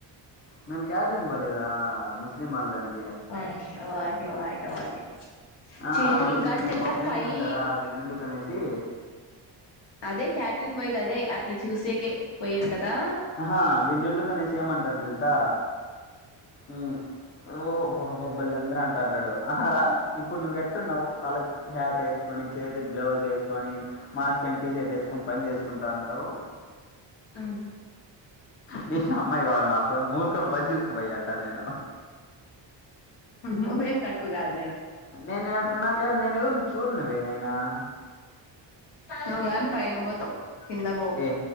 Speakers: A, on the left; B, on the left.
A: మేం క్యాటరింగ్ బలేదా ముస్లిం వాళ్లనికి
B: ఓ ఓకే ఓకే ఓకే
A: ఆ
B: చేతులు
A: అప్పుడు వీళ్ళు
B: గాని తెలుసా
A: మా ఫ్రెండ్స్
B: ఫైవ్
A: ఉంటారా వీళ్ళుండుకనేసి
B: అదే క్యాటరింగ్ బయేది అదే అట్లా చూసేక పోయేది కదా
A: హహ్ విల్లుండుకునే సేమ్ అంటారు తెలుసా ఉహ్ ఓ బా బాబ్ బలే అందరూ అంటంటాడు ఆహా ర ఇప్పుడు నువ్వు ఎట్టున్నావు తల హ్యాటే కొన్ని చేతికి గ్లౌజ్ వేసుకొని మాస్క్ పెంటీ షర్ట్ వేసుకొని పని చేసుకుంటా ఉంటావు
B: ఆ
A: నీ అమ్మాయికి వాళ్ళ పోయి మూకడు పని చేసుకో పొయ్యిఅంటారు నేను
B: నువ్వు ఏం తక్కువ కాదు
A: నేను నా క నేను ఎవర్నో చూడుకో నీకు పోయినా నాయనా
B: నువ్వు గాని పైన పోతా కింద పోవు
A: ఏ